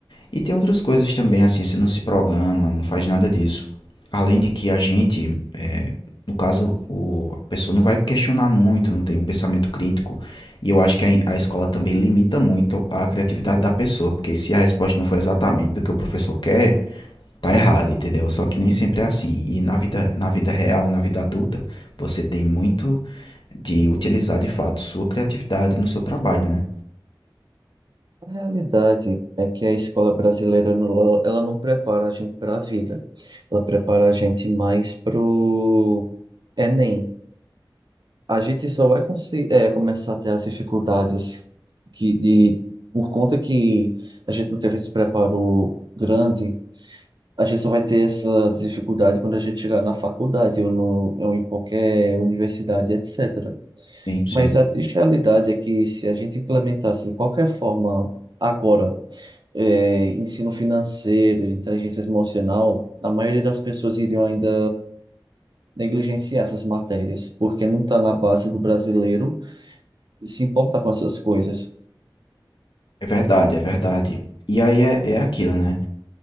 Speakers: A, on the left; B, on the right.
A: E tem outras coisas também, assim, você não se programa, não faz nada disso. Além de que a gente, é, no caso, o, a pessoa não vai questionar muito, não tem um pensamento crítico. E eu acho que a, a escola também limita muito a criatividade da pessoa, porque se a resposta não for exatamente do que o professor quer, tá errado, entendeu? Só que nem sempre é assim. E na vida, na vida real, na vida adulta, você tem muito de utilizar de fato sua criatividade no seu trabalho, né?
B: A realidade é que a escola brasileira não- ela não prepara a gente para a vida, ela prepara a gente mais pro Enem. a gente só vai consi- é, começar a ter as dificuldades que, de, por conta que a gente não teve esse preparo grande, a gente só vai ter essa dificuldade quando a gente chegar na faculdade ou, no, ou em qualquer universidade, etc.
A: Sim, sim.
B: Mas a triste realidade é que se a gente implementasse de qualquer forma agora, é, ensino financeiro, inteligência emocional, a maioria das pessoas iriam ainda negligenciar essas matérias, porque não está na base do brasileiro se importa com essas coisas.
A: É verdade, é verdade. E aí é, é aquilo, né?